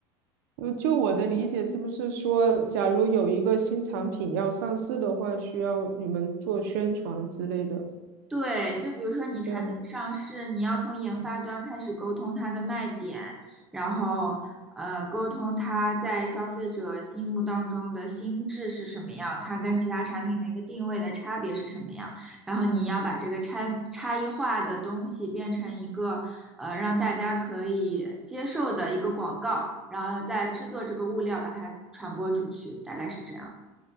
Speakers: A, on the right; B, in the centre.
A: 就就我的理解，是不是说，假如有一个新产品要上市的话，需要你们做宣传之类的，
B: 对，就比如说你产品上市，
A: 是这样吗？
B: 你要从研发端开始沟通它的卖点，然后呃，沟通它在消费者心目当中的心智是什么样，它跟其他产品的一个定位的差别是什么样，然后你要把这个差差异化的东西变成一个呃让大家可以接受的一个广告，然后再制作这个物料把它传播出去，大概是这样。